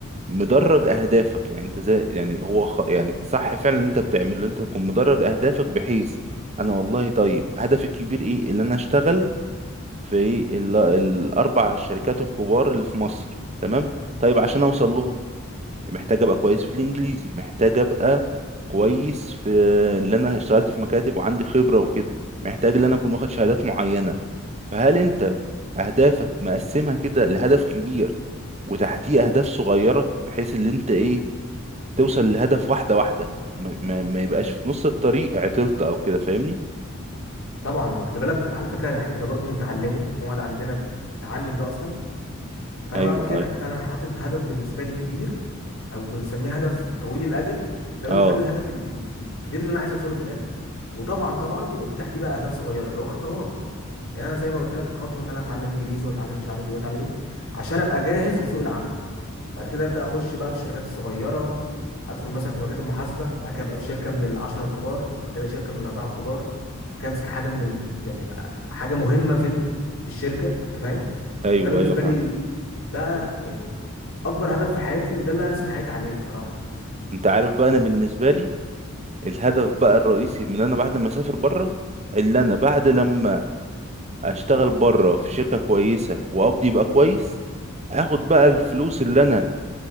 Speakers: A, on the right; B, on the left.
A: مدرج اهدافك يعني انت زي يعني هو خ... يعني صح فعلا اللي انت بتعمله اللي انت تكون مدرج اهدافك بحيث انا والله طيب هدفي الكبير ايه اللي انا اشتغل في ال... الاربع شركات الكبار اللي في مصر تمام طيب عشان اوصل لهم محتاج ابقى كويس في الانجليزي محتاج ابقى كويس في اللي انا اشتغلت في مكاتب وعندي خبرة وكده محتاج ان انا اكون واخد شهادات معينة فهل انت اهدافك مقسمها كده لهدف كبير وتحتيه اهداف صغيرة بحيث ان انت ايه توصل للهدف واحدة واحدة ما, ما, ما يبقاش في نص الطريق عطلت او كده فاهمني
B: طبعا ما خلي بالك على فكره ده احنا ده برضو بنتعلمه في مواد عندنا بنتعلم ده اصلا فانا
A: ايوه
B: بعمل كده
A: ايوه
B: انا فعلا حاطط هدف بالنسبه لي كبير او بنسميه هدف طويل الاجل ده بالنسبه
A: اه
B: لي الهدف ال- ال- الكبير اللي انا عايز اوصله في الاخر وطبعا طبعا بيبقى في تحتيه بقى اهداف صغيره اللي هو خطوات يعني انا زي ما قلت لك الخطوه ان انا اتعلم انجليزي واتعلم مش عارف ايه واتعلم ايه عشان ابقى جاهز لسوق العمل بعد كده ابدا اخش بقى في الشركات الصغيره ادخل مثلا في مكاتب محاسبه بعد كده ابقى في شركه من العشره الكبار بعد كده شركه من الاربعه الكبار كده امسك حاجه من ال... يعني ابقى حاجه مهمه في ال... في الشركه انت فاهم
A: ايوه
B: فده بالنسبه
A: ايوه فاهم
B: لي ده يعني اكبر هدف في حياتي وده اللي هرسم حياتي عليه بصراحه
A: انت عارف بقى انا بالنسبة لي الهدف بقى الرئيسي من انا بعد ما اسافر بره اللي انا بعد لما اشتغل بره في شركة كويسة وقبضي يبقى كويس اخد بقى الفلوس اللي انا